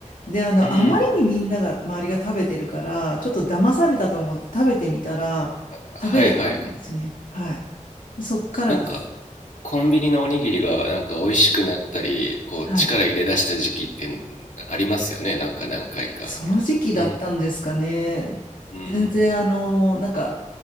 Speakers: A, on the left (about 85°); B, on the left (about 70°).
A: で、あの、
B: うん、
A: あまりにみんなが、周りが食べてるから、ちょっと騙されたと思って食べてみたら、
B: はいはい。
A: 食べれたんですよね。はい。でそっからです。
B: なんか、コンビニのおにぎりがなんか美味しくなったり、こう力入れ出した時期ってありますよね。
A: はい。
B: なんか何回か。
A: その時期だったんですかね。
B: うん。うん。
A: 全然あの、なんか、